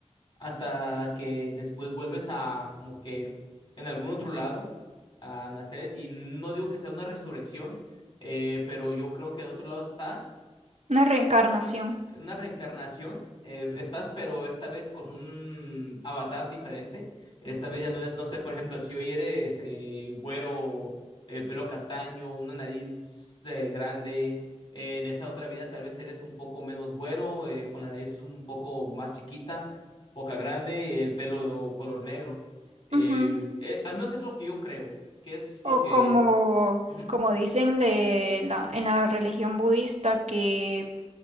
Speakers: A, on the left; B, on the right.
A: hasta que después vuelves a como que en algún otro lado a nacer y no digo que sea una resurrección, eh, pero yo creo que en otro lado estás
B: Una reencarnación.
A: una reencarnación. eh, estás, pero esta vez con un avatar diferente. Esta vez ya no es, no sé, por ejemplo, si hoy eres eh, güero, eh, pelo castaño, una nariz eh, grande. eh, en esa otra vida tal vez eres un poco menos güero, eh, con la nariz un poco más chiquita, boca grande, el pelo color negro. Eh,
B: Ujú.
A: eh, al menos es lo que yo creo, que es
B: O
A: lo que...
B: como,
A: Ujú.
B: como dicen le- en la, en la religión budista, que